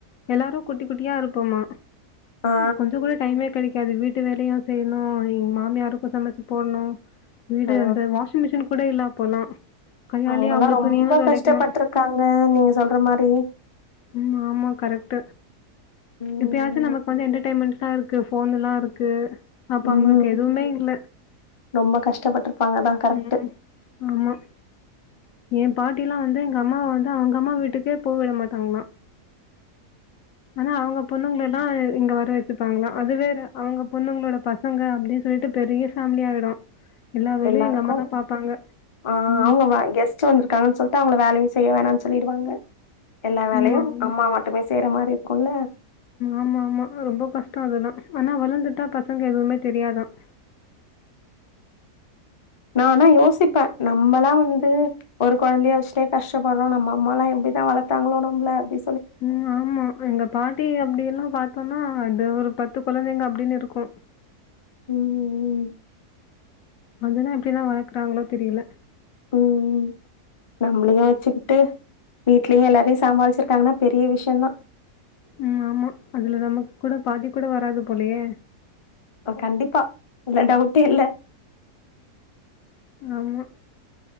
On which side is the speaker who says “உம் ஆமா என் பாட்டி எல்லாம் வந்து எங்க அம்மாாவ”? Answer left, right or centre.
Left